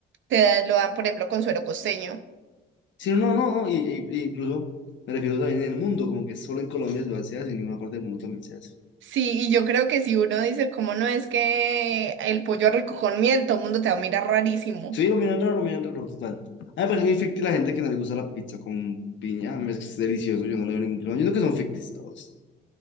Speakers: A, on the right (about 75°); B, on the left (about 70°).
A: te da- lo dan, por ejemplo, con suero costeño.
B: Sí, no, no, no, y, y- e incluso me refiero también en el mundo, como que solo en Colombia se hace, en ninguna parte del mundo también se hace.
A: Sí, y yo creo que si uno dice, ¿cómo no es que el pollo rico con miel, todo el mundo te va a mirar rarísimo?
B: Sí, lo miran raro, lo miran raro, total. A mí me parece muy ficti la gente que no le gusta la pizza con piña, a mí es delicioso, yo no le veo ningún problema. Yo creo que son fictis todos.